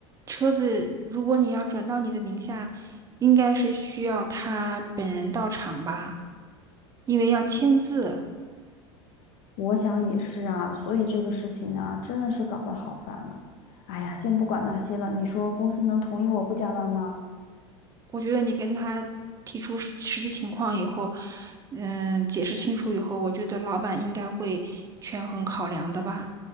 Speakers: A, on the right; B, on the left.
A: 车子如果你要转到你的名下，应该是需要他本人到场吧，因为要签字。
B: 我想也是啊，所以这个事情呢，真的是搞得好烦呢。哎呀，先不管那些了，你说公司能同意我不加班吗？
A: 我觉得你跟他提出实实际情况以后，嗯，解释清楚以后，我觉得老板应该会权衡考量的吧。